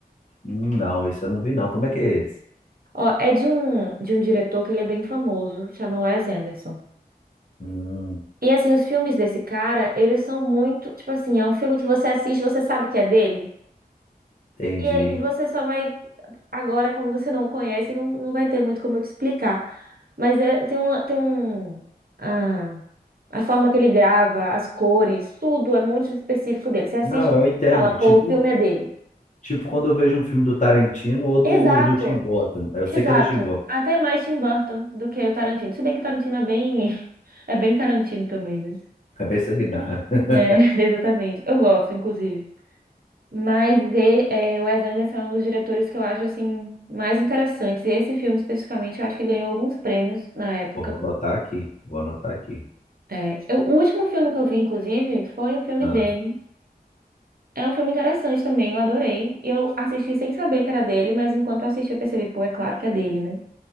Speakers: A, on the left; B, on the right.
A: hum, não, isso eu não vi, não. Como é que é esse?
B: Ó, é de um, de um diretor que ele é bem famoso, chama Wes Anderson.
A: Hum,
B: E assim, os filmes desse cara, eles são muito, tipo assim, é um filme que você assiste, você sabe que é dele.
A: entendi.
B: E aí você só vai. Agora, como você não conhece, não, não vai ter muito como eu te explicar. Mas é, tem uma, tem um. ah, a forma que ele grava, as cores, tudo é muito específico dele. Você assiste
A: Não,
B: um
A: eu
B: filme
A: entendo.
B: e fala, pô,
A: Tipo,
B: o filme é dele.
A: tipo quando eu vejo um filme do Tarantino ou do,
B: Exato,
A: do Tim Burton. Eu
B: exato.
A: sei que é do Tim Burton.
B: Até mais Tim Burton do que o Tarantino. Se bem que o Tarantino é bem. <laughs> É bem Tarantino também, né?
A: É bem sanguinário. <laughs>
B: É, <laughs> exatamente. Eu gosto, inclusive. Mas e- é, o Wes Anderson é um dos diretores que eu acho assim mais interessantes. E esse filme especificamente, eu acho que ganhou alguns prêmios na época.
A: Eu vou anotar aqui. Vou anotar aqui.
B: É, eu- o último filme que eu vi, inclusive, foi um filme
A: Ah.
B: dele. É um filme interessante também, eu adorei. E eu assisti sem saber que era dele, mas enquanto eu assisti eu percebi, pô, é claro que é dele, né?